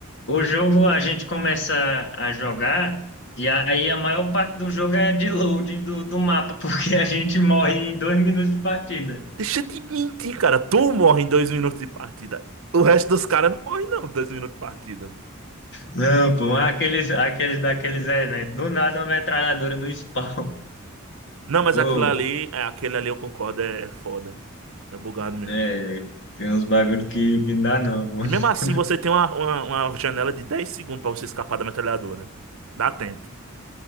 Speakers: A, on the left; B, on the right.
A: O jogo a gente começa a jogar, e aí a maior parte do jogo é de loading do, do mapa, <laughs> porque a gente morre em dois minutos de partida.
B: Deixa de mentir, cara. Tu morre em dois minutos de partida. O resto dos caras não morre, não, dois minutos de partida.
A: Não, pô, aqueles, aqueles daqueles eventos. Do nada uma metralhadora no spawn.
B: Não, mas
A: Pô,
B: aquilo ali, é, aquele ali eu concordo, é, é foda. É bugado mesmo.
A: é, tem uns bagulho que, que não dá não, pô.
B: E
A: <laughs>
B: mesmo assim, você tem uma, uma, uma janela de 10 segundos pra você escapar da metralhadora. Dá tempo.